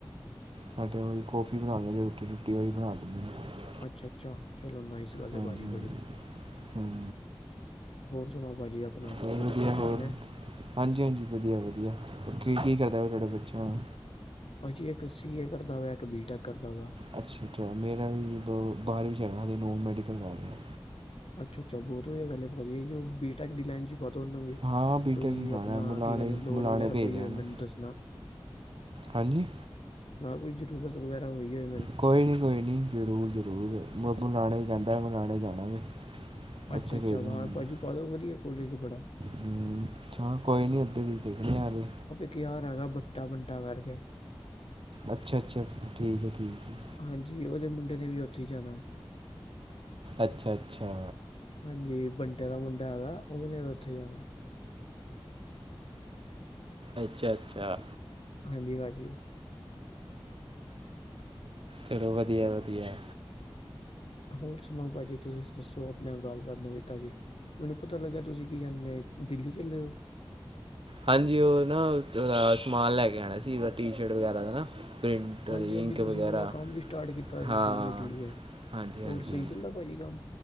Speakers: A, on the right; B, on the left.
A: ਸਾਡੇ ਉਹ ਕੌਫੀ ਬਣਾ ਲਦੇ ਰੋਟੀ ਰੁੱਟੀ ਉਹੀ ਬਣਾ ਦਿੰਦੇ ਨੇ
B: ਅੱਛਾ ਅੱਛਾ ਚਲੋ ਨਾਈਸ ਗੱਲ
A: ਹਾਂਜੀ
B: ਏ ਭਾਜੀ
A: ਹਾਂਜੀ
B: ਬੜੀ।
A: ਹਮ
B: ਹੋਰ ਸੁਨਾਓ ਭਾਜੀ ਆਪਣਾ ਬੱਚੇ-
A: ਹੋਰ ਵਧੀਆ
B: ਬੱਚੇ ਠੀਕ
A: ਹੋਰ
B: ਨੇ?
A: ਹਾਂਜੀ- ਹਾਂਜੀ ਵਧੀਆ ਵਧੀਆ ਹੋਰ ਕੀ-ਕੀ ਕਰਦਾ ਤੁਹਾਡੇ ਬੱਚਿਆਂ ਨੇ
B: ਪਾਜੀ ਇੱਕ ਸੀ-ਏ ਕਰਦਾ ਵਾ ਇੱਕ ਬੀ-ਟੈਕ ਕਰਦਾ ਵਾ।
A: ਅੱਛਾ-ਅੱਛਾ ਮੇਰਾ ਵੀ ਬੋ, ਬਾਰ ਜਾਣਾ ਅ ਨੋਂਨ ਮੈਡੀਕਲ ਕਰ ਰਯਾ ਵਾਂ।
B: ਅੱਛਾ-ਅੱਛਾ ਬੋਤ ਵਦੀਆਂ ਗੱਲ ਐ ਪਾਜੀ ਓ ਬੀ- ਟੈਕ ਦੀ ਲਾਈਨ ਚ। <unintelligible>
A: ਹਾਂ ਬੀਟੈਕ
B: ਕੋਈ
A: ਹੀ ਪਾਉਣਾ
B: ਆਪਨਾ
A: ਮੁਲਾਣੇ
B: ਕੀ ਕਹਿੰਦੇ ਲੋੜ
A: ਮੁਲਾਣੇ
B: ਵਗੈਰਾ
A: ਭੇਜ
B: ਪਈ
A: ਰਿਹਾ
B: ਹੋਵੇ
A: ਮੈਂ
B: ਮੈਨੂੰ ਦੱਸਨਾ।
A: ਹਾਂਜੀ
B: ਨਾ ਕੋਈ ਜ਼ਰੂਰਤ ਵਗੈਰਾ ਹੋਈ ਐ।
A: ਕੋਈ ਨਈ ਕੋਈ ਨਈ ਜ਼ਰੂਰ-ਜ਼ਰੂਰ ਬ ਬੁਲਾਨਾ ਪੇਂਦਾ ਬੁਲਾਨਾ ਇ ਪੈਣਾ ਵੇ ਉੱਥੇ
B: ਅੱਛਾ-ਅੱਛਾ
A: ਭੇਜ ਦਾਂਗਾ
B: ਵਾਂ ਭਾਜੀ ਪਾ ਦੋ ਵਦੀਆਂ ਕੋਲੇਜ਼ ਬਡਾ
A: ਹਮ, ਅੱਛਾ ਕੋਈ ਨੀ ਉਦੇ ਵੀ ਓਦੇ ਸ਼ਹਰ ਵੇ
B: ਕਿਆਰ, ਹੈਗਾ ਭੱਟਾ ਬਟਾ ਕਰਕੇ।
A: ਅੱਛਾ-ਅੱਛਾ ਠੀਕ ਐ ਠੀਕ। ਹੈ
B: ਹਾਂਜੀ ਓਦੇ ਮੁੰਡੇ ਨੇ ਵੀ ਓਥੇ ਈ ਜਾਨਾ
A: ਅੱਛਾ-ਅੱਛਾ।
B: ਹਾਂਜੀ, ਬੰਟੇ ਦਾ ਮੁੰਡਾ ਹੈਗਾ ਓਨੇ ਵੀ ਉਥੇ ਜਾਣਾ।
A: ਅੱਛਾ-ਅੱਛਾ।
B: ਹਾਂਜੀ-ਹਾਜੀ।
A: ਚਲੋ ਵਦੀਆਂ-ਵਦੀਆਂ।
B: ਹੋਰ ਸੁਨਾਓ ਪਾਜੀ, ਤੁਸੀ ਦੱਸੋ ਆਪਨੀਆ ਗੱਲਬਾਤ ਨਵੀਂ ਤਾਜੀ। ਮੈਨੂੰ ਪਤਾ ਲੱਗਿਆ ਤੁਸੀ ਕੀ ਕੈਂਦੇ ਨੇ, ਦਿੱਲੀ ਚੱਲੇ ਓ।
A: ਹਾਂਜੀ ਓਹ ਨਾ ਦਾ ਸਮਾਨ ਲੈ ਕੇ ਆਣਾ ਸੀ ਓਦਾ ਟੀ-ਸ਼ਰਟ ਵਗੈਰਾ ਦਾ ਨਾ ਪ੍ਰਿੰਟ ਇੰਕ
B: ਹਾਂਜੀ ਹਾਂਜੀ
A: ਵਗੈਰਾ,
B: ਤੁਸੀਂ ਨਵਾਂ ਕੰਮ ਵੀ ਸਟਾਰਟ ਕੀਤਾ ਸੀ
A: ਹਾਂ।
B: ਠੀਕ ਹੈ ਠੀਕ ਹੈ
A: ਹਾਂਜੀ-ਹਾਂਜੀ,
B: ਹੋਰ ਸਹੀ ਚੱਲਦਾ ਭਾਜੀ ਕੰਮ?